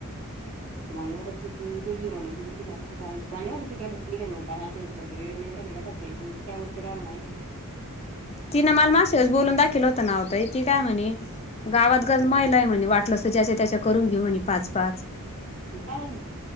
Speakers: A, on the right (about 70°); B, on the left (about 30°).
A: मावाड ती निघली मला ती निघणारण मावा गट निघेल म कारण आ सरेवला ्या काय उरतेंय म्ह
B: ति ना मला मागसेच बोलून दाखल होत नावतंय ती काय म्हणे गावात ग महिला आहे म्हणे वाटलं ज्याच्या त्याच्या करून घेऊ आणि पाच पाच
A: काल